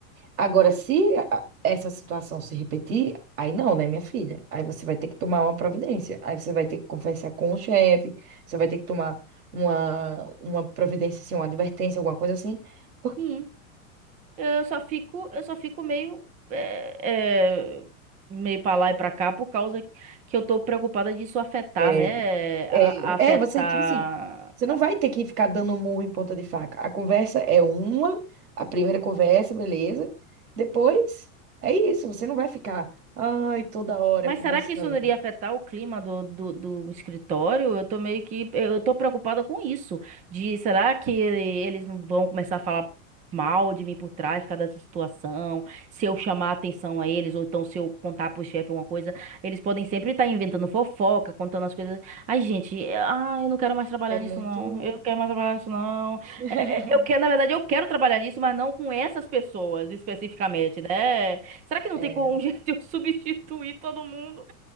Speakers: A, on the right (about 85°); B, on the right (about 15°).
A: Agora, se a- essa situação se repetir, aí não, né, minha filha? Aí você vai ter que tomar uma providência. Aí você vai ter que conversar com o chefe, você vai ter que tomar uma, uma providência, assim, uma advertência, alguma coisa assim. Por-
B: Hum, eu só fico, eu só fico meio, é, é, meio para lá e para cá por causa que eu tô preocupada disso afetar,
A: É,
B: né?
A: é,
B: a- a- Afetar.
A: é, você, tipo assim, você não vai ter que ficar dando murro em ponta de faca. A conversa é uma, a primeira conversa, beleza. Depois, é isso, você não vai ficar, ai, toda hora
B: Mas
A: conversando.
B: será que isso não iria afetar o clima do, do, do escritório? Eu tô meio que. Eu tô preocupada com isso. De será que eles não vão começar a falar mal de mim por trás por causa dessa situação? Se eu chamar a atenção a eles, ou então se eu contar pro chefe alguma coisa, eles podem sempre estar inventando fofoca, contando as coisas. Ai, gente, é- ah, eu não quero mais trabalhar
A: É muito.
B: nisso, não. Eu não quero mais trabalhar nisso, não.
A: <laughs>
B: É, é, Eu quero, na verdade, eu quero trabalhar nisso, mas não com essas pessoas especificamente, né? Será que não
A: É.
B: tem como um <laughs> jeito de eu substituir todo mundo?